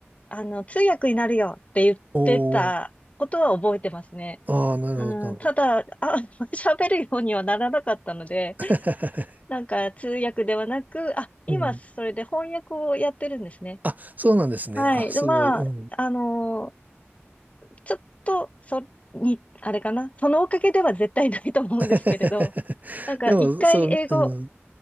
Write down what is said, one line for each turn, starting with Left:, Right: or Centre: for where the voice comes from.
Left: あの、通訳になるよって言ってたことは覚えてますね。
Right: おー。ああ、なるほど、
Left: うん、
Right: なるほど。
Left: ただ、あ、<laughs> 喋るようにはならなかったので、
Right: <laughs>
Left: なんか通訳ではなく、あ、今それで翻訳をやってるんですね。
Right: うん。あ、そうなんですね。
Left: はい。
Right: あ、すごい。
Left: で、まあ、
Right: うん。
Left: あのーちょっと、そ、に、あれかな。そのおかげでは絶対ないと思うんですけれど、
Right: <laughs>
Left: なんか一回英語、
Right: でも、そう、うん、